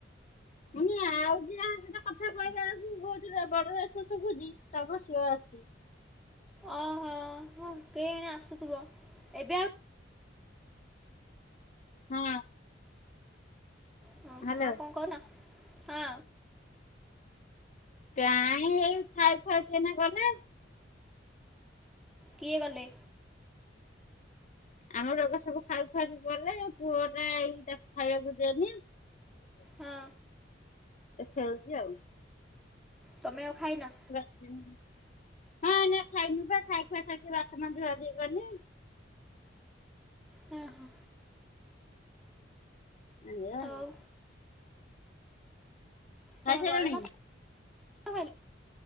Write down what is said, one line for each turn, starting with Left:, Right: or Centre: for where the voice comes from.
Left: ମୁଁ କହିଲି ଆଉ ଯିଏ <unintelligible> କଥା କହିଲା ବେଳକୁ ବହୁତ ର ଭଲରେ <unintelligible> ଶୁଭୁଛି ତମର ସ୍ଲୋ ଆସୁଛି।
Centre: ଓହୋ କେଜାଣି ଆସୁଥିବ ଏବେ ଆଉ।
Left: ହଁ
Centre: ହଁ
Left: ହ୍ୟାଲୋ
Centre: ଆଉ କଣ କହୁନା ହଁ
Left: କାଇଁ ଏଇ ଖାଇ ଖାଇକିନା କଲେ।
Centre: କିଏ ଗଲେ?
Left: ଆମ ଲୋକ ସବୁ ଖାଇ ଖୁଆ କିଣିଗଲେ ପୁଅ ଟା ଏଇ ଖାଇବାକୁ ଦେଲି।
Centre: ହଁ
Left: ଖେଳୁଛି ଆଉ
Centre: ତମେ ଆଉ ଖାଇନ
Left: <unintelligible> ହଁ ନା ଖାଇନୁ ବା ଖାଇ ଖୁଆ ଖାଇକି ଧୁଆଧୁଇ କଲି
Centre: ହଁ ହୋ
Left: ହାଲିଆ
Centre: ଆଉ କଣ
Left: ଖାଇ ସାରିଲୁଣି?
Centre: ଗରମ ଭାତ ଖାଇଲ